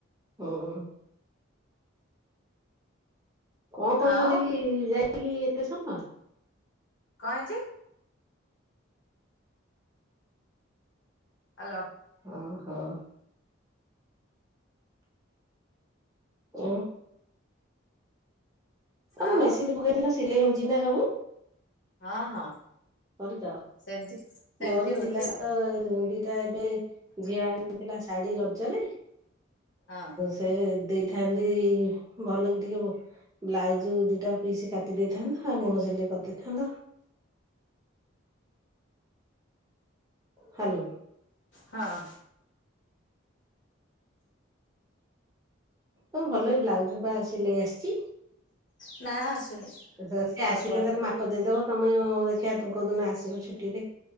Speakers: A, on the right; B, on the left.
A: ଓହୋ। କଣ କରୁଛନ୍ତି
B: ଆଉ
A: କି ଯାଇକି ଏତେ ସମ?
B: କଣ ହେଇଛି? ହାଲୋ।
A: ହଁ ହଁ। ଓ ଆମ
B: ଆଉ
A: ମେସିନ ପକେଇଥିଲା ସିଲେଇ ହଉଛି ନା ସବୁ?
B: ହଁ ହଁ।
A: କରୁଛ
B: ସେମିତି ସେମିତି
A: ମୋର
B: ହଉଛି
A: ଥିଲା ତ
B: ଆଉ
A: ଦିଟା ଏବେ ଝିଅ ଆଣି ଥିଲା ଶାଢୀ ରଜରେ
B: ହଁ।
A: ସେ ଦେଇ ଥାନ୍ତି ଭଲ କି ଟିକେ ବ୍ଲାଉଜ ଦିଟା ପିସ କାଟି ଦେଇଥାନ୍ତ ଆଉ ମୁହଁ ସିଲେଇ କରିଦେଇଥାନ୍ତ। ହ୍ୟାଲୋ।
B: ହଁ।
A: ତମକୁ ଭଲେଇ ବ୍ଲାଉଜ ପା ସିଲେଇ ଆସିଛି।
B: ନା। ଆସୁନି।
A: କେତେବେଳେ ସେ
B: ଅଳପ
A: ଆସିଲେ
B: ଅଳ
A: ତାର ମାପ ଦେଇଦବ ତମେ ଦେଖିବା କୋଉଦିନ ଆସିବ ଛୁଟିରେ।